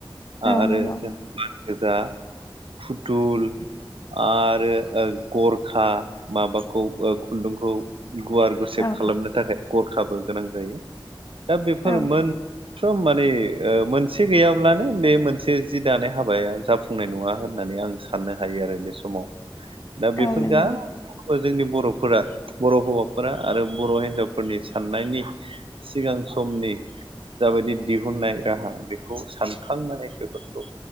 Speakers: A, on the left (about 35°); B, on the right (about 70°).
A: औ
B: आरो
A: नंगौ
B: बानगोजा फुथुल आरो गरखा माबाखौ खुन्दुंखौ गुवार गुसेब
A: औ
B: खालामनो थाखाय गरखाबो गोनां जायो दा बेफोर
A: औ
B: मोन फ्रोम माने मोनसे गैयाब्लानो बे मोनसे जि दानाय हाबाया जाफुं नाय नङा होननानै आं साननो हायो आरो बे समाव दा बेफोर
A: औ नंगौ
B: गा जोंनि बर'फोरा बर' हौवाफोरा आरो बर' हिनजावफोरनि साननायनि सिगां समनि जाबायदि दिहुननाय राहा बेखौ सानखांनानै बेफोरखौ